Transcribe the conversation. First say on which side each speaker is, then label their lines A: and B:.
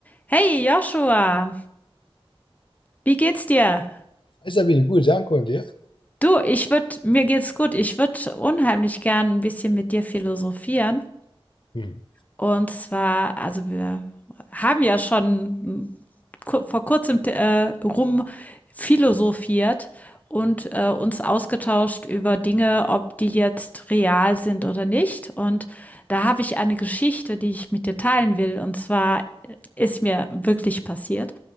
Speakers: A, on the left; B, on the left.
A: Hey Joshua, wie geht's dir?
B: Hai Sabine, gut, danke und dir?
A: Du, ich würde, mir geht's gut. Ich würde unheimlich gern ein bisschen mit dir philosophieren.
B: Mhm.
A: Und zwar, also wir haben ja schon ku- vor kurzem äh, rum philosophiert und äh, uns ausgetauscht über Dinge, ob die jetzt real sind oder nicht. Und da habe ich eine Geschichte, die ich mit dir teilen will. Und zwar äh, ist mir wirklich passiert.